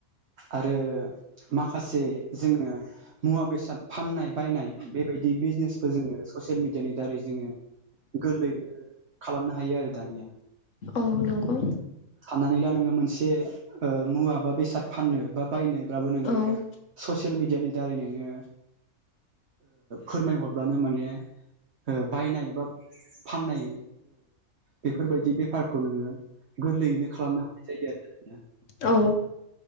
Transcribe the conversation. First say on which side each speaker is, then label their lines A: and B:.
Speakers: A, on the right; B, on the left.
A: आरो माखासे जोङो मुवा बेसाद फाननाय बायनाय बेबायदि बिजनेसबो जोङो ससियेल मिेडियानि दारै जोङो गोरलै खालामनो हायो आरो दानिया।
B: औ नंगौ
A: साननानै ला नोङो मोनसे। जे मुवा बा बेसाद फाननो बा बायनोब्लाबो नोङो
B: औ
A: ससियेल मिडियानि दारै नोङो फोरमायहरब्लानो माने बायनाय बा फाननाय बेफोरबायदि बेफारखौ नोङो गोरलैयैनो खालामना हानाय जायो आरो।
B: औ